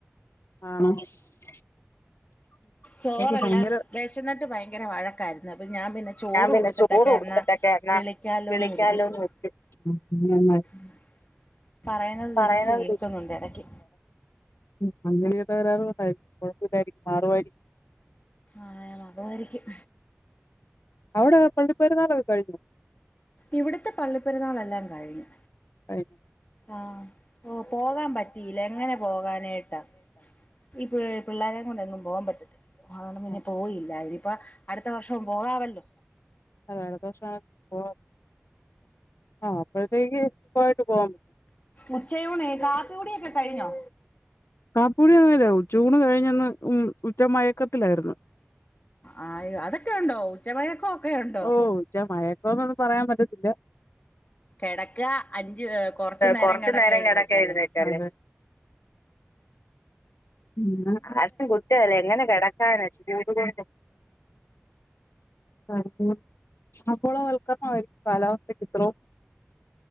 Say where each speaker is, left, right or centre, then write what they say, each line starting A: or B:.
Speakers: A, on the left; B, on the left.
A: <unintelligible>
B: ചോറല്ല
A: എനിക്ക് ഭയങ്കര
B: വെശന്നിട്ട് ഭയങ്കര വഴക്കായിരുന്നു അപ്പൊ ഞാൻ പിന്നെ ചോറ്
A: ഞാൻ പിന്നെ
B: കൊടുത്തിട്ടൊക്കെ
A: ചോറ് കൊടുത്തിട്ടൊക്കെ
B: എന്നാ
A: എന്നാ
B: വിളിക്കാലോന്നു
A: വിളിക്കാലോന്ന്
B: കരുതി ഉം
A: വെച്ച് നന്നായി
B: പറയ്ണത് തിരിച്ച്
A: പറയുന്നത്
B: കേക്കുന്നുണ്ട് എടക്കി.
A: ഉം അങ്ങനെ തകരാർ കൊണ്ടായിരിക്കും കൊഴപ്പമില്ലായിരിക്കും മാറുവായിരിക്കും.
B: ആഹ് അതുവായിരിക്കും
A: അവിടെ പള്ളി പെരുന്നാളൊക്കെ കഴിഞ്ഞോ?
B: ഇവിട്ത്തെ പള്ളിപ്പെരുന്നാളെല്ലാം കഴിഞ്ഞു
A: <unintelligible>
B: ആഹ് ഓഹ് പോകാൻ പറ്റിയില്ല എങ്ങനെ പോകാനായിട്ടാ ഈ പി പിള്ളേരെ കൊണ്ടെങ്ങും പോകാൻ പറ്റത്തില്ല അതോണ്ട് പിന്നെ
A: ആഹ്
B: പോയില്ല ഇനിപ്പം അടുത്ത വർഷവും പോകാവല്ലോ
A: അതാണ്‌ പ്രഷ്ണ പോ ആഹ് അപ്പോഴത്തേക്ക് സുഖായിട്ട് പോകും
B: ഉച്ചയൂണെ കാപ്പി കുടിയൊക്കെ കഴിഞ്ഞോ
A: കാപ്പിയുടി <unintelligible> ഉച്ചൂയൂണ് കഴിഞ്ഞൊന്ന് ഉച്ചമയ ക്കത്തിലായിര്ന്നു
B: ആഹ് അതൊക്കെ ഇണ്ടോ ഉച്ചമയക്കക്കെ ഉ
A: ഓഹ് ഉച്ച മയക്കന്നൊന്നും പറയാൻ പറ്റത്തില്ല
B: കിടക്ക അഞ്ച്
A: കൊറച്ചു
B: കിടക്ക
A: നേരം
B: എഴുന്നേക്കാല്ലേ
A: കിടക്കായിരുന്നേക്കാരം ഉം ആർക്കും കുറ്റയില്ല എങ്ങനെ കെടക്കാനാ ചൂട് കൊണ്ട് <unintelligible> ആഗോളവൽക്കരണമായിരിക്കും കാലാവസ്ഥക്ക് ഇത്രോം